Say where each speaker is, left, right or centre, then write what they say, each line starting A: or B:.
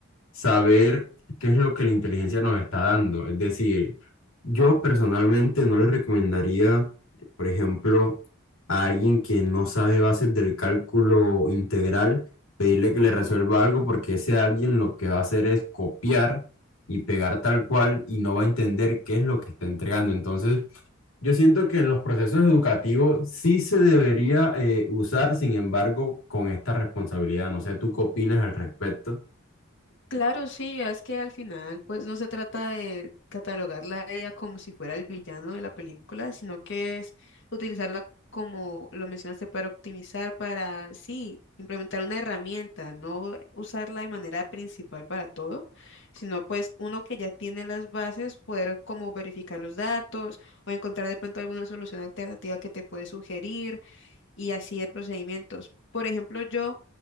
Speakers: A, on the left (about 85°); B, on the left (about 60°).
A: saber qué es lo que la inteligencia nos está dando. Es decir, yo personalmente no le recomendaría, por ejemplo, a alguien que no sabe bases del cálculo integral, pedirle que le resuelva algo porque ese alguien lo que va a hacer es copiar y pegar tal cual y no va a entender qué es lo que está entregando. Entonces, yo siento que en los procesos educativos sí se debería eh, usar, sin embargo, con esta responsabilidad. No sé, ¿tú qué opinas al respecto?
B: Claro, sí, es que al final pues no se trata de catalogarla a ella como si fuera el villano de la película, sino que es utilizarla como lo mencionaste para optimizar, para sí, implementar una herramienta, no usarla de manera principal para todo, sino pues uno que ya tiene las bases, poder como verificar los datos o encontrar de pronto alguna solución alternativa que te puede sugerir y así de procedimientos. Por ejemplo, yo